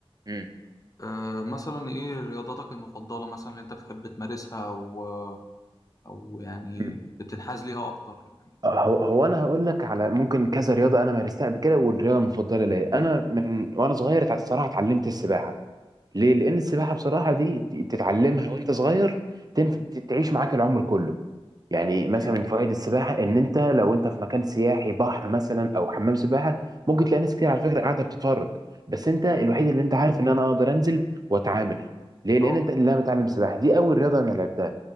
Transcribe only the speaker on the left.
أه مثلا إيه رياضتك المفضلة مثلا اللي أنت بتحب تمارسها أو أو يعني
بتنحاز ليها أكتر يعني
أي
طبعا